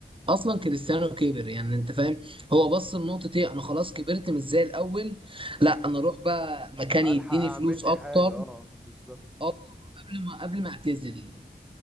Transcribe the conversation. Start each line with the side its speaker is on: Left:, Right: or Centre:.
Right: اصلا كريستيانو كبر يعني انت فاهم هو بص لنقطة
Centre: <laughs>
Right: ايه انا خلاص كبرت مش زي الاول
Centre: مم.
Right: لا انا اروح بقى مكان يديني
Centre: الحق اعمل
Right: فلوس
Centre: لي
Right: اكتر
Centre: حاجه اه بالظبط
Right: اه قبل ما قبل ما اعتزل